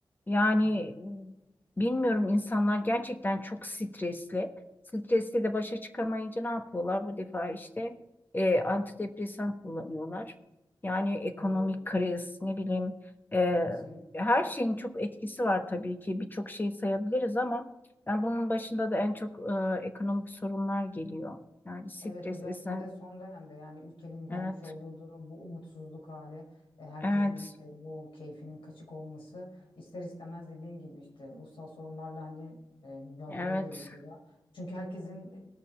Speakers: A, on the left; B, on the left.
A: Yani
B: Hı hı.
A: bilmiyorum insanlar gerçekten çok stresli. Stresle de başa çıkamayınca ne yapıyorlar? Bu defa işte e, antidepresan kullanıyorlar. Yani ekonomik
B: Doğru diyorsun.
A: kriz, ne bileyim e,
B: Kesinlikle.
A: her şeyin çok etkisi var tabii ki. Birçok şey sayabiliriz ama yani bunun başında da en çok e, ekonomik sorunlar geliyor. Yani stres
B: Evet özellikle
A: isen
B: de son dönemde yani ülkenin gelmiş
A: evet
B: olduğu durum bu umutsuzluk hali e, herkesin
A: evet
B: işte bu keyfinin kaçık olması ister istemez dediğin gibi işte ruhsal sorunlarla hani e, mücadeleyi
A: evet
B: gerektiriyor. Çünkü herkesin